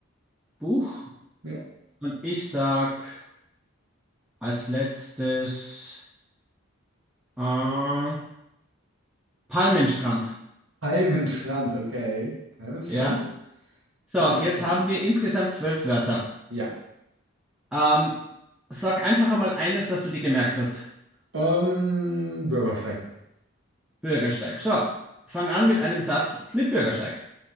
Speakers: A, in the centre; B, on the right.
A: Buch.
B: Ja.
A: Und ich sag als letztes äh, Palmenstrand.
B: Palmenstrand, okay. Palmenstrand,
A: Ja. So,
B: das ist interessant.
A: jetzt haben wir insgesamt zwölf Wörter.
B: Ja.
A: Ähm, sag einfach einmal eines, das du dir gemerkt hast.
B: Ähm, Bürgersteig.
A: Bürgersteig. So, fang an mit einem Satz mit Bürgersteig.